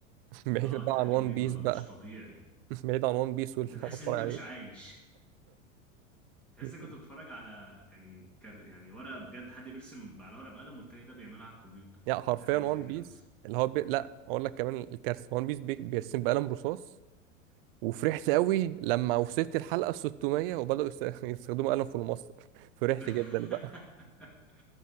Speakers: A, on the right; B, in the centre.
A: <laughs> بعيد
B: اه التحريك
A: بقى عن وان
B: بيبقى
A: بيس بقى
B: مش طبيعي
A: <laughs> بعيد عن وان بيس واللي
B: انت تحس
A: أنا بتفرج
B: ان انت
A: عليه
B: مش عايش <laughs> تحس
A: <laughs>
B: انك كنت بتتفرج على يعني كر يعني ورقه بجد حد بيرسم على ورقه بقلم والتاني ده بيعملها على الكمبيوتر
A: يعني حرفيا
B: زي حاجه
A: وان
B: زي كده
A: بيس
B: مثلا
A: اللي هو بي... لا اقول لك كمان الكارثه وان بيس بي... بيرسم بقلم رصاص وفرحت قوي لما وصلت الحلقه 600 وبداوا يست... <laughs> يستخدموا قلم في المصدر <laughs> فرحت
B: <laughs>
A: جدا بقى